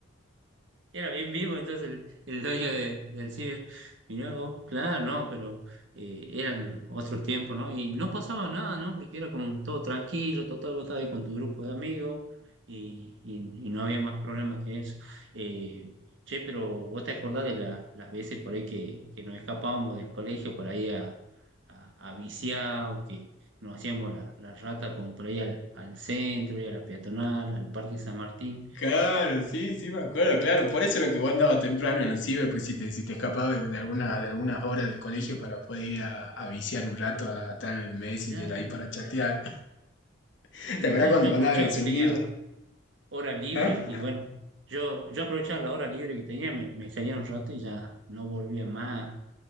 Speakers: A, on the right; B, on the left.
A: Era bien vivo entonces el, el dueño de- del ciber. Mirá vos, claro, no, pero eh, eran otros tiempos, ¿no? Y no pasaba nada, ¿no? Porque era como todo tranquilo, total, vos estabas ahí con tu grupo de amigos y, y- y no había más problema que eso. Eh, che, pero vos te acordás de la- las veces por ahí que, que nos escapábamos del colegio por ahí a, a, a viciar o que nos hacíamos la, la rata con por ahí al, al centro y a la peatonal, al Parque San Martín.
B: Claro, sí, sí, me acuerdo, claro. Por eso era que vos andabas temprano en el ciber, pues si te, si te escapabas de alguna, de algunas horas del colegio para poder ir a, a viciar un rato a estar en el Messenger
A: Ya,
B: ahí para chatear. <laughs>
A: Y
B: ¿Te acuerdas
A: claro,
B: cuando
A: yo aprovechaba
B: mandaban el
A: que
B: zumbido?
A: tenía hora libre
B: ¿Ah?
A: y bueno, yo, yo aprovechaba la hora libre que tenía, me, me salía un rato y ya no volvía más.